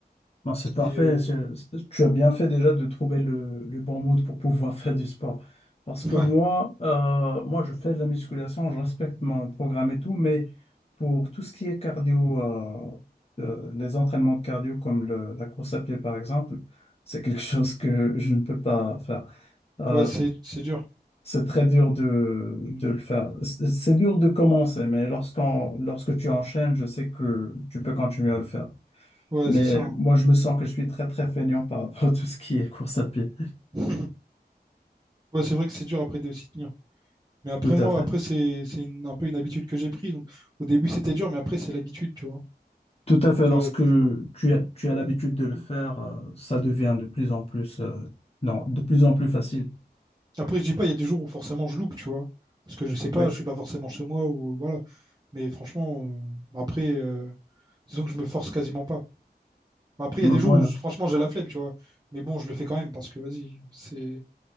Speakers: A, on the left (about 35°); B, on the right (about 25°).
A: Non, c'est parfait.
B: Et, euh,
A: c'est- c'est- Tu as bien fait déjà de trouver le, le bon mood pour pouvoir <laughs> faire du sport. Parce
B: <laughs>
A: que moi, euh, moi, je fais de la musculation, je respecte mon programme et tout, mais pour tout ce qui est cardio, euh, euh, les entraînements de cardio comme le- la course à pied par exemple, c'est quelque <laughs> chose que je ne peux pas faire. Euh,
B: Ouais, c'est c'est dur.
A: c'est très dur de, de le faire. C'est c'est dur de commencer, mais lorsqu'on, lorsque tu enchaînes, je sais que tu peux continuer à le faire.
B: Ouais,
A: Mais
B: c'est ça. hein.
A: moi, je me sens que je suis très, très feignant par rapport à tout ce qui est course à pied.
B: <laughs> Ouais, c'est vrai que c'est dur après de s'y tenir. Mais après
A: Tout
B: moi,
A: à fait.
B: après c'est c'est une- un peu une habitude que j'ai prise. Donc au début c'était dur, mais après c'est l'habitude, tu vois.
A: Tout à fait.
B: Donc
A: Lorsque
B: euh,
A: tu as, tu as l'habitude de le faire, euh, ça devient de plus en plus, euh, non, de plus en plus facile.
B: après je dis pas, il y a des jours où forcément je loupe, tu vois, parce que je sais pas,
A: Oui.
B: je suis pas forcément chez moi ou voilà. Mais franchement, euh, après euh, disons que je me force quasiment pas. Après
A: Ben
B: il y a des
A: voilà.
B: jours où je- franchement j'ai la flemme, tu vois. Mais bon, je le fais quand même parce que vas-y, c'est